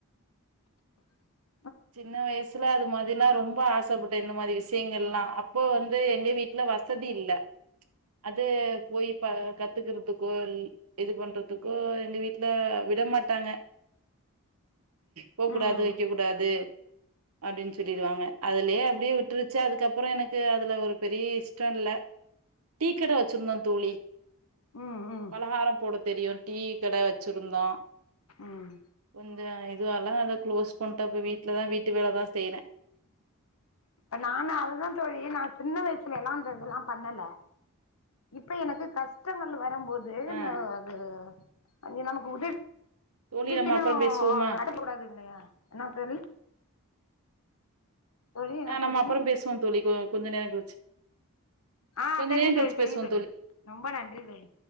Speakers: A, on the left; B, on the right.
A: <inaudible>
B: சின்ன வயசுல அது மா அதெல்லாம் ரொம்ப ஆசைப்பட்டேன் இந்த மாரி விஷயங்கள் எல்லா அப்போ வந்து எங்க வீட்ல வசதி இல்ல அது போய் இப்ப கத்துக்கறதுக்கோ இது பண்றதுக்கோ எங்க வீட்டுல விட மாட்டாங்க போக் கூடாது
A: ம்
B: வைக்க கூடாது அப்படின்னு சொல்லிடுவாங்க அதுலயே அப்படியே விட்டுருச்சு அதுக்கப்புறம் எனக்கு அதுல ஒரு பெரிய இஷ்டம் இல்ல டீக்கடை வச்சிருந்தோம் தோழி
A: ம் ம்
B: பலகாரம் போடுது தெரியும் டீ கடை வச்சிருந்தோம்
A: ம்
B: கொஞ்ச இது அல்ல அது க்ளோஸ் பன் ப்ப வீட்டுலதான் வீட்டு வேலை தான் செய்யறேன்
A: இப்ப நான அததுதான் தோழி நான் சின்ன வயசுல எல்லாம் இந்ததெல்லாம் பண்ணல இப்ப எனக்கு கஷ்டங்கள் வ நம்பம்போது ஏ
B: ஆ
A: ந அது அது நீ நமக்கு உதி
B: தோழி
A: இக்குன்னும்
B: நம்ம அப்புறோ பேசுவோமா
A: அடக்கூடாது இல்லையா என்னா தோழி தோழி என்ன
B: ஆஹ் நம்ம
A: சொல்றீங்க
B: அப்புறம் பேசுவோம் தோழிக்கோ கொஞ்ச நேரம் கழிச்சு
A: ஆஹ்
B: கொஞ்ச
A: சரிங்க
B: நேரோ
A: தோழி
B: கழிச்சு
A: சரிங்க
B: பேசுவோ
A: தோழி ரொம்ப நன்றி தோழி